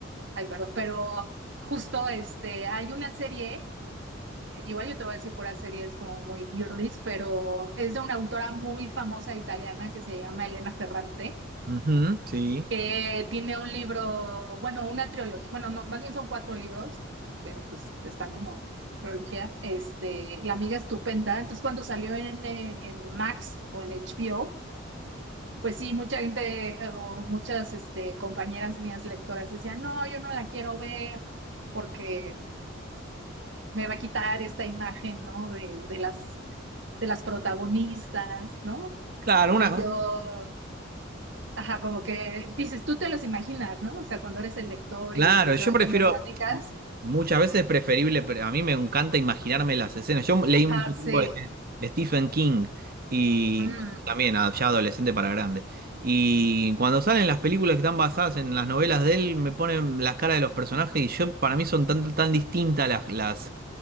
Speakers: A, on the right; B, on the right.
A: ay, perdón, pero justo este, hay una serie, igual yo te voy a decir pura serie, es como muy girlies, pero es de una autora muy famosa italiana que se llama Elena Ferrante
B: ujú, sí.
A: que tiene un libro, bueno, una trilogía, bueno, no, más bien son cuatro libros, pero pues están como trilogía, este, La amiga estupenda. Entonces, cuando salió en, eh, en Max o en HBO, pues sí, mucha gente eh, o muchas este, compañeras mías lectoras decían, no, yo no la quiero ver porque me va a quitar esta imagen, ¿no? De, de las, de las protagonistas, ¿no?
B: Claro,
A: Y
B: una,
A: yo Ajá, como que dices, tú te los imaginas, ¿no? O sea, cuando eres el lector
B: Claro,
A: y los ves
B: yo
A: y ahora
B: prefiero,
A: que me platicas,
B: muchas veces es preferible, pero a mí me encanta imaginarme las escenas. Yo leí
A: ajá,
B: mucho
A: sí,
B: tiempo de- de Stephen King y
A: mm,
B: también a- ya adolescente para grande. Y cuando salen las películas que están basadas en las novelas de él, me ponen las caras de los personajes y yo para mí son tan, tan distintas las, las